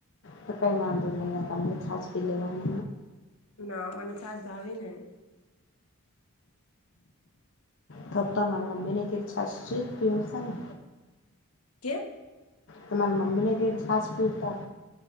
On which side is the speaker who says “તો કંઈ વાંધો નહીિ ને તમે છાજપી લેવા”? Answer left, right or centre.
Left